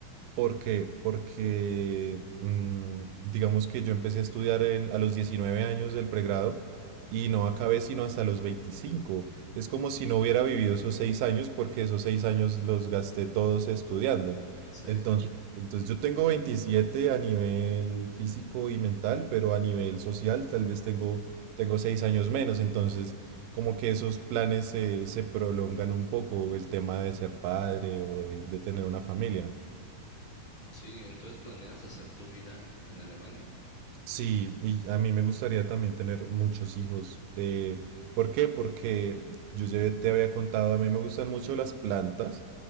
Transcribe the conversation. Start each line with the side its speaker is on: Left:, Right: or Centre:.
Right: Porque, porque mm, digamos que yo empecé a estudiar en- a los 19 años del pregrado y no acabé sino hasta los 25. Es como si no hubiera vivido esos seis años porque esos seis años los gasté todos estudiando.
Left: Sí.
Right: Entonces, Sí. entonces yo tengo 27 a nivel físico y mental, pero a nivel social tal vez tengo, tengo seis años menos. Entonces, como que esos planes se, se prolongan un poco, el tema de ser padre o de de tener una familia.
Left: Sí, entonces planeas hacer tu vida en Alemania.
Right: Sí, y a mí me gustaría también tener muchos hijos. Eh, ¿por qué? Porque yo ya te había contado, a mí me gustan mucho las plantas.